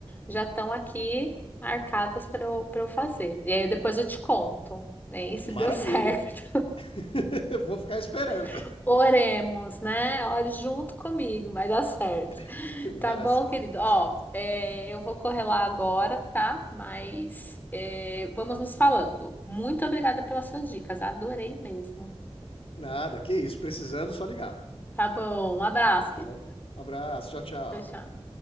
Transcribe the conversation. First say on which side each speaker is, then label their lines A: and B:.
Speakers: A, on the left; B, on the left.
A: já estão aqui marcadas para eu, para eu fazer. E aí depois eu te conto, né? E se
B: Maravilha!
A: deu certo.
B: <laughs> Vou ficar esperando.
A: <laughs> Oremos, né? Ore junto comigo, vai dar certo.
B: <laughs> Vai
A: Tá bom,
B: dar certo,
A: querido.
B: vai dar
A: Ó,
B: certo.
A: é, eu vou correr lá agora, tá? Mas é, vamos nos falando. Muito obrigada pelas suas dicas, adorei mesmo.
B: Nada, que isso. Precisando, só ligar.
A: Tá bom, um abraço,
B: Tá
A: querido.
B: bom? Um abraço, tchau, tchau.
A: Tchau, tchau.